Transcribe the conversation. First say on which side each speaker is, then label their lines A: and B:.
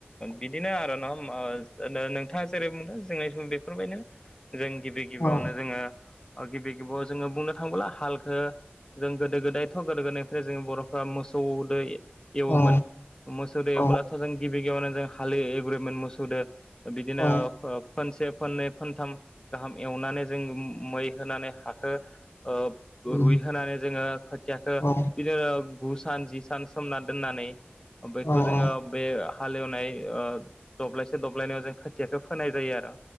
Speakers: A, on the left (about 15°); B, on the left (about 70°).
A: बिदिनो आरो न नोंथाङा जेरै बुंदों जोंनि सम बेफोरबायदिनो जों गिबि गिबियावनो
B: औ
A: जोङो गिबि गिबियाव जोङो बुंनो थाङोब्ला हालखो जों गोदो गोदायथ' गोदो गोदायनिफ्राय जों बर'फ्रा मोसौ दै एवोमोन
B: औ
A: मोसौदों एवब्लाथ'
B: औ
A: जों गिबि गेवयावनो जों हाल एवग्रोयोमोन मोसौदो। बिदिनो
B: औ
A: फोनसे फाननै फानथाम गाहाम एवनानै जों मै होनानै हाखो ओ
B: उम
A: रुइ होनोनानै जोङो खोथियाखो
B: औ
A: बिदिनो गु सान जि सान सोमनानै दोननानै बेखौ
B: औ
A: जोङो
B: औ
A: बे हालेवनाय ओ दब्लायसे- दब्लायनैयाव जों खोथियाखौ फोनाय जायो आरो।